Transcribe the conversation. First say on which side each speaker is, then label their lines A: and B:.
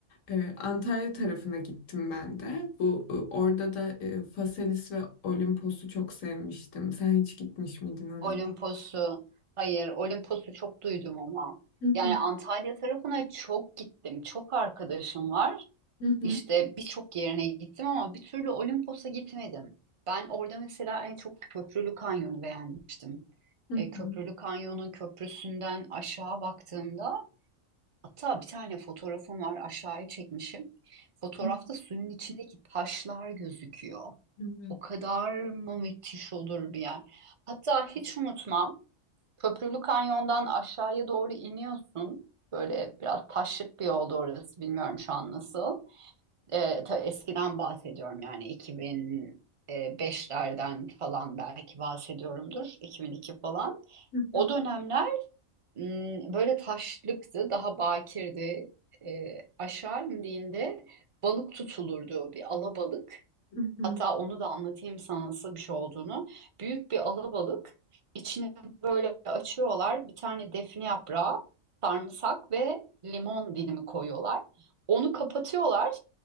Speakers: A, on the left; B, on the right.
A: E, Antalya tarafına gittim ben de. Bu e, orada da e, Phaselis ve Olimpos'u çok sevmiştim. Sen hiç gitmiş miydin oralara?
B: Olimpos'u hayır Olimpos'u çok duydum ama
A: Hı
B: yani
A: hı,
B: Antalya tarafına çok gittim. Çok arkadaşım var.
A: hı hı,
B: İşte birçok yerine gittim ama bir türlü Olimpos'a gitmedim. Ben orada mesela en çok Köprülü Kanyon'u beğenmiştim.
A: hı
B: E, Köprülü
A: hı,
B: Kanyon'un köprüsünden aşağı baktığımda hatta bir tane fotoğrafım var aşağıya çekmişim. Fotoğrafta
A: hı
B: suyun içindeki taşlar gözüküyor.
A: hı, evet.
B: O kadar mı müthiş olur bir yer. Hatta hiç unutmam Köprülü Kanyon'dan aşağıya doğru iniyorsun. Böyle biraz taşlık bir yoldu orası bilmiyorum şu an nasıl. E, ta- eskiden bahsediyorum yani 2005'lerden falan belki bahsediyorumdur. 2002 falan.
A: Hı
B: O
A: hı,
B: dönemler m, böyle taşlıktı, daha bakirdi. E, aşağı indiğinde balık tutulurdu bir alabalık.
A: hı hı,
B: Hatta onu da anlatayım sana nasıl bir şey olduğunu. Büyük bir alabalık. İçini böyle açıyorlar. Bir tane defne yaprağı, sarımsak ve limon dilimi koyuyorlar. Onu kapatıyorlar.